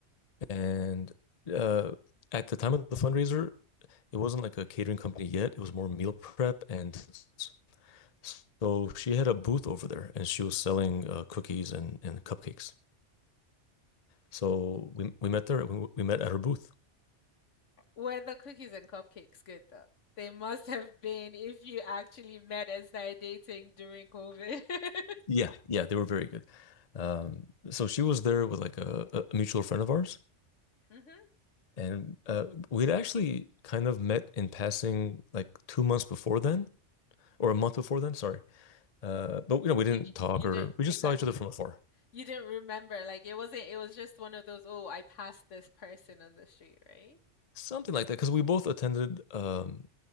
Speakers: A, on the left (about 35°); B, on the left (about 85°).
A: and uh at the time of the fundraiser it wasn't like a catering company yet it was more meal prep and s- so she had a booth over there and she was selling uh, cookies and and cupcakes. So we we met there we, we met at her booth.
B: Were the cookies and cupcakes good though? They must have been if you actually met and started dating during COVID. <laughs>
A: Yeah, yeah, they were very good. Um so she was there with like a, a mutual friend of ours
B: Mm-hmm.
A: and uh we'd actually kind of met in passing like two months before then or a month before then, sorry. Uh, but you know, we didn't
B: Did you
A: talk
B: you
A: or
B: didn't
A: we just
B: exactly.
A: saw each other from afar,
B: You didn't remember. Like it wasn't it was just one of those, oh, I passed this person on the street, right?
A: something like that. Because we both attended um,